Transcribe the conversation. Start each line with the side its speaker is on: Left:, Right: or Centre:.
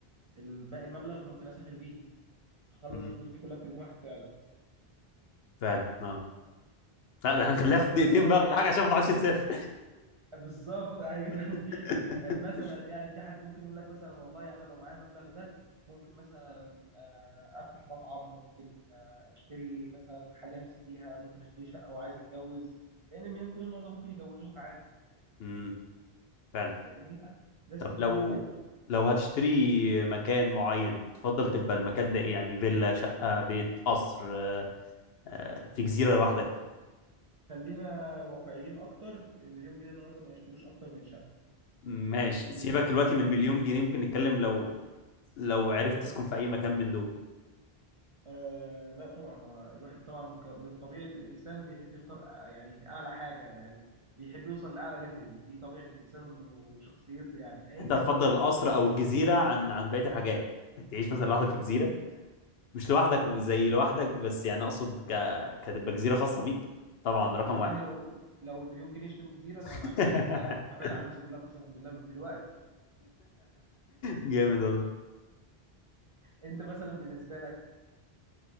Right: الباقي المبلغ ممكن اسافر بيه اخلص
Left: امم
Right: الفلوس دي كلها في يوم واحد فعلا
Left: فعلا اه لا ده احنا
Right: آه،
Left: هنخليها في
Right: انت
Left: دقيقتين
Right: مثلا
Left: بقى ولا حاجه عشان ما تعرفش تسافر
Right: بالظبط ايوه <laughs>
Left: <laughs>
Right: مثلا يعني في حد ممكن يقول لك مثلا والله انا لو معايا المبلغ ده ممكن مثلا آه، افتح مطعم ممكن آه، اشتري مثلا حاجه نفسي فيها ممكن اشتري شقه وعايز اتجوز لان المليون جنيه النهارده ممكن يجوزوك عادي
Left: امم فعلا
Right: فاهمني بس
Left: طب
Right: دي
Left: لو
Right: كل الفكره
Left: لو هتشتري مكان معين تفضل تبقى المكان ده ايه يعني فيلا شقه بيت قصر آه، آه، في جزيره لوحدك
Right: خلينا واقعيين اكتر المليون جنيه النهارده ما يشتروش اكتر من شقه
Left: ماشي
Right: ممكن
Left: سيبك
Right: يشتروا
Left: دلوقتي
Right: ارض
Left: من المليون جنيه ممكن نتكلم لو لو عرفت تسكن في اي مكان من دول
Right: آه لا طبعا هو الواحد طبعا ك- بالطبيعة الإنسان بيحب يختار أ- يعني أعلى حاجة يعني بيحب يوصل لأعلى ليفل دي طبيعة الإنسان وشخصيته يعني أيا
Left: انت
Right: كان
Left: هتفضل
Right: هو
Left: القصر
Right: ميوله
Left: او
Right: إيه
Left: الجزيره عن عن بقيه الحاجات انك تعيش مثلا لوحدك في جزيره مش لوحدك زي لوحدك بس يعني اقصد ك... كتبقى جزيره خاصه بيك طبعا رقم
Right: والله
Left: واحد
Right: لو لو المليون جنيه اشتروا جزيرة أنا
Left: <laughs>
Right: ما عنديش أي مانع أبعد عن الناس كلها قسما بالله من دلوقتي
Left: جامد والله
Right: أنت مثلا بالنسبة لك